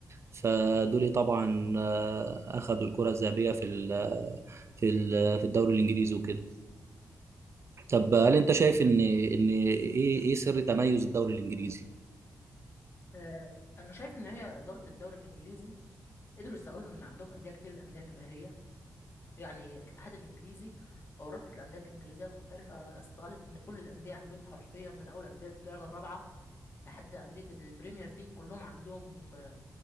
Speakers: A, on the right; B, on the left.
A: فدول طبعا آه، اخذوا الكره الذهبيه في ال في ال في الدوري الانجليزي وكده طب هل انت شايف ان ان ايه ايه سر تميز الدوري الانجليزي
B: آه، انا شايف ان هي اداره الدوري الانجليزي قدروا يستغلوا ان عندهم انديه كتير انديه جماهيريه يعني الاتحاد الانجليزي او رابطه الانديه الانجليزيه المحترفه استغلت ان كل الانديه عندهم حرفيا من اول انديه الدرجه الرابعه لحد أندية البريمير ليج كلهم عندهم آه،